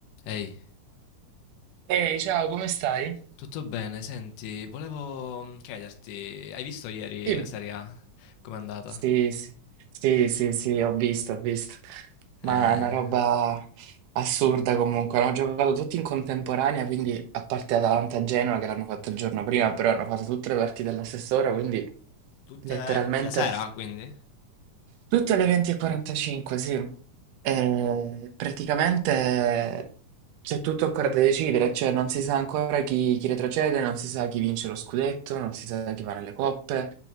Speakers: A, on the left; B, on the right.
A: Ehi,
B: Ehi, ciao, come stai?
A: tutto bene? Senti, volevo mm, chiederti, hai visto ieri
B: Dimmi.
A: la Serie A? Com'è andata?
B: Sì, sì, sì, sì, sì, ho visto, ho visto.
A: Eh,
B: Ma è una roba assurda comunque. Hanno giocato tutti in contemporanea, quindi a parte Atalanta-Genoa che l'hanno fatto il giorno prima, però hanno fatto tutte le partite alla stessa ora, quindi
A: tutte
B: letteralmente.
A: la sera, quindi?
B: Tutte alle 20.45, sì. E
A: Ok.
B: praticamente c'è tutto ancora da decidere, cioè non si sa ancora chi, chi retrocede, non si sa chi vince lo scudetto, non si sa chi va nelle coppe,